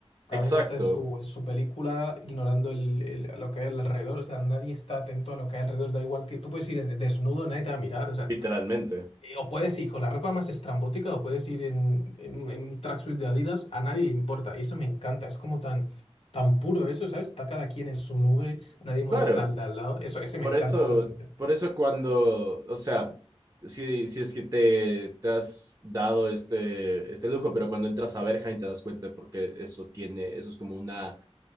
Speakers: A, on the left; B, on the right.
A: cada
B: Exacto,
A: uno está en su, en su película, ignorando el, el- lo que hay al alrededor, o sea, nadie está atento a lo que hay alrededor, da igual que tú puedes ir en- desnudo, nadie te va a mirar, o sea,
B: literalmente.
A: eh, o puedes ir con la ropa más estrambótica, o puedes ir en, en, un en un tracksuit de Adidas, a nadie le importa, y eso me encanta, es como tan, tan puro eso, ¿sabes? Está cada quien en su nube, nadie molesta
B: Claro,
A: al de al lado, eso, ese me
B: Por
A: encanta,
B: eso,
A: esa mente,
B: por eso cuando, o sea, si, si es que te, te has dado este, este lujo, pero cuando entras a Berghain te das cuenta porque eso tiene, eso es como una